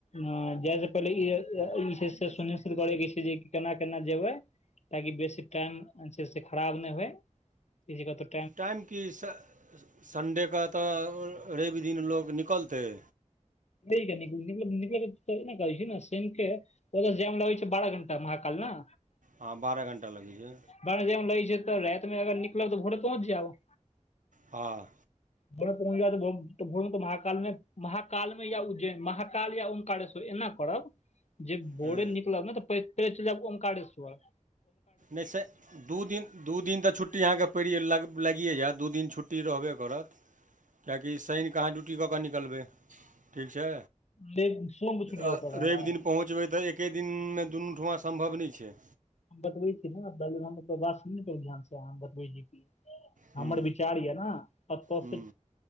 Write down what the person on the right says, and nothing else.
टाइम की सै अ-अ सन्डे के त रैब दिन लोक निकलतय
हां बारा घण्टा लगय छै।
हां।
हँ
नै से दू दिन दू दिन तै छुट् टी अहाँ के पेड़िए लागियै जाएत दू दिन छुट्टी रहबे करत कियाकि शैन के अहाँ ड्यूटी कऽ कऽ निकलबै ठीक छै,
अ
रैब दिन पहुँचबय तै ऐह के दिनमे दुनू ठमा संभव नै छै।
हूँ
हूँ